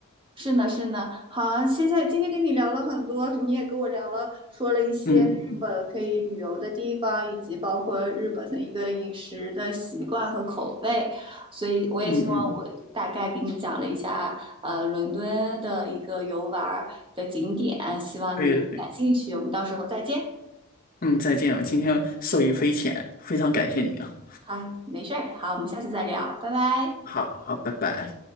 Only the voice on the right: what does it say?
是呢，是呢。好，现在今天跟你聊了很多，你也跟我聊了，说了一些日本可以旅游的地方，
以及包括日本的一个饮食的习惯和口味。所以我也希望我大概给你讲了一下，
呃，伦敦的一个游玩儿的景点，希望你能感兴趣。
我们到时候再见。
好，没事儿。好，我们下次再聊，拜拜。